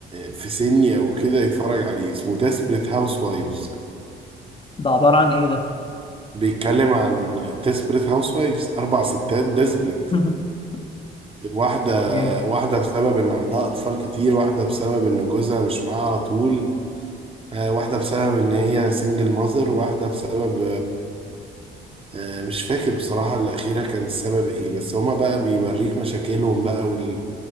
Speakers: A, on the right (about 25°); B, on the left (about 25°).
A: في سني او كده يتفرج عليه اسمه ديسبريت هاوس وايفز
B: ده عبارة عن ايه ده
A: بيتكلم عن ديسبريت هاوس وايفز اربع ستات ديسبريت
B: <laughs>
A: واحده
B: جامد.
A: واحده بسبب ان عندها اطفال كتير واحده بسبب ان جوزها مش معاها على طول آه، واحده بسبب ان هي سنجل ماذر واحده بسبب آه، مش فاكر بصراحة الأخيرة كان السبب إيه بس هما بقى بيوريك مشاكلهم بقى وال...